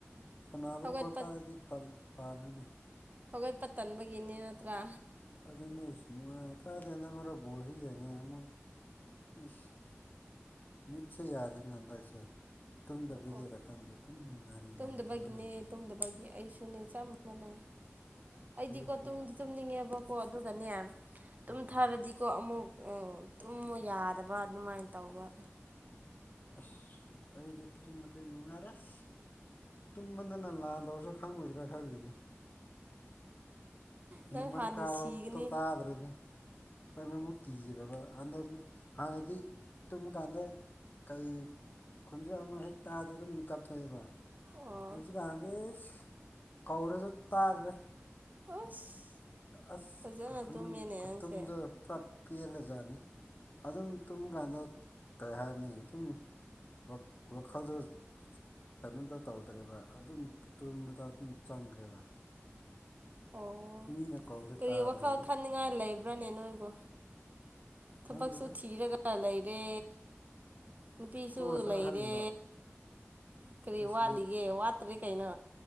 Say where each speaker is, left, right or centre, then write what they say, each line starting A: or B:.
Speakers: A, on the left (about 40°); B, on the right (about 35°).
A: ꯁꯥꯟꯅꯕ
B: ꯍꯧꯒꯠꯄ
A: ꯈꯣꯠꯄ ꯍꯥꯏꯗꯤ ꯇꯜ ꯄꯥꯝꯃꯦꯅꯦ
B: ꯍꯧꯒꯠꯄ ꯇꯟꯕꯒꯤꯅꯦ ꯅꯠꯇ꯭ꯔ
A: ꯑꯗꯨꯅꯦ ꯁ ꯅꯨꯡꯉꯥꯏ ꯀꯥꯗꯦꯅ ꯃꯔꯣ ꯕꯣꯜꯁꯨ ꯌꯦꯡꯉꯦ ꯑꯃꯨꯛ ꯏꯁ ꯃꯤꯠꯁꯦ ꯌꯥꯗꯦꯅ ꯍꯟꯗꯛꯁꯦ ꯇꯨꯝꯗꯕꯒꯤꯔ
B: ꯑꯣ
A: ꯈꯪꯗꯦ ꯑꯗꯨꯝ ꯅꯥꯔꯤ
B: ꯇꯨꯝꯗꯕꯒꯤꯅꯦ
A: ꯅꯥꯔꯤ ꯇꯧꯔ ꯂꯩꯅꯦ
B: ꯇꯨꯝꯗꯕꯒꯤ ꯑꯩꯁꯨꯅꯦ ꯆꯞ ꯃꯥꯟꯅꯩ ꯑꯩꯗꯤꯀꯣ
A: ꯑꯌꯨꯛ ꯍꯧ
B: ꯇꯨꯝꯗꯤ ꯇꯨꯝꯅꯤꯡꯉꯦꯕꯀꯣ ꯑꯗꯨꯒꯅꯦ ꯇꯨꯝꯊꯥꯔꯗꯤꯀꯣ
A: ꯎꯝ
B: ꯑꯃꯨꯛ ꯑꯣ ꯇꯨꯝꯃꯨ ꯌꯥꯗꯕ ꯑꯗꯨꯃꯥꯏꯟ ꯇꯧꯕ
A: ꯑꯁ ꯑꯩꯗꯤ ꯇꯨꯝꯃꯗꯤ ꯅꯨꯡꯉꯥꯏꯔꯦꯁ ꯇꯨꯝꯕꯗꯅ ꯂꯥꯟ ꯗꯧꯔꯁꯨ ꯈꯪꯉꯣꯏꯗ꯭ꯔꯥ ꯈꯪꯂꯤꯅꯦ
B: ꯅꯪ
A: ꯅꯨꯃꯥꯏ
B: ꯍꯥꯟꯅ
A: ꯀꯕ
B: ꯁꯤꯒꯅꯤ
A: ꯇꯣ ꯇꯥꯗ꯭ꯔꯗꯤ ꯑꯗꯨꯃꯨꯛ ꯀꯤꯔꯕ ꯍꯟꯗꯛ ꯍꯥꯟꯅꯗꯤ ꯇꯨꯝꯃ ꯀꯥꯟꯗ ꯀꯩ ꯈꯨꯟꯖꯦꯜ ꯑꯃ ꯍꯦꯛ ꯇꯥꯕꯗ ꯑꯗꯨꯝ ꯃꯤꯀꯞ ꯊꯣꯛꯑꯦꯕ
B: ꯑꯣ
A: ꯍꯧꯖꯤꯛꯀꯥꯟꯗꯤ ꯏꯁ ꯀꯧꯔꯁꯨ ꯇꯥꯗ꯭ꯔꯦ
B: ꯑꯁ
A: ꯑꯁ
B: ꯐꯖꯅ
A: ꯀꯈꯨꯟ
B: ꯇꯨꯝꯃꯦꯅꯦ
A: ꯈꯨꯇꯨꯝꯗꯣ
B: ꯅꯪꯁꯦ
A: ꯄ꯭ꯔꯞ ꯄꯦꯜꯂꯖꯥꯠꯅꯤ ꯑꯗꯨꯝ ꯇꯨꯝꯕ ꯀꯥꯟꯗ ꯀꯩ ꯍꯥꯏꯅꯤ ꯑꯗꯨꯝ ꯋ ꯋꯥꯈꯜꯗꯣ ꯀꯩꯅꯣꯗ ꯇꯧꯗ꯭ꯔꯦꯕ ꯑꯗꯨꯝ ꯇꯨꯝꯕꯗ ꯑꯗꯨꯝ ꯆꯪꯈ꯭ꯔꯦꯕ
B: ꯑꯣ
A: ꯃꯤꯅ ꯀꯧꯔꯁꯨ
B: ꯀꯔꯤ
A: ꯇꯥꯗ꯭ꯔꯦ
B: ꯋꯥꯈꯜ ꯈꯟꯅꯤꯡꯉꯥꯏ ꯂꯩꯕ꯭ꯔꯥꯅꯦ ꯅꯣꯏꯕꯨ ꯊꯕꯛꯁꯨ
A: ꯈꯪꯗꯦꯗ
B: ꯊꯤꯔꯒ ꯂꯩꯔꯦ ꯅꯨꯄꯤꯁꯨ
A: ꯇꯣꯛꯑꯁꯤꯔ
B: ꯂꯩꯔꯦ
A: ꯈꯜꯂꯤꯕ
B: ꯀꯔꯤ
A: ꯑꯁ
B: ꯋꯥꯠꯂꯤꯒꯦ ꯋꯥꯠꯇ꯭ꯔꯦ ꯀꯩꯅꯣ